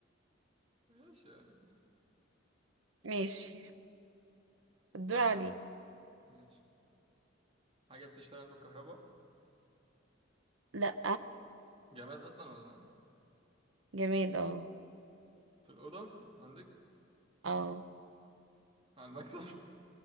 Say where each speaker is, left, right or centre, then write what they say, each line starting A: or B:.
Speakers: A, on the right; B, on the right.
A: ماشي يعني
B: ماشي الدور
A: حاجة
B: عليك
A: ماشي حاجة بتشتغل بالكهرباء
B: لأ
A: جماد أصلا ولا
B: جماد اه
A: في الأوضة عندك
B: اه
A: على المكتب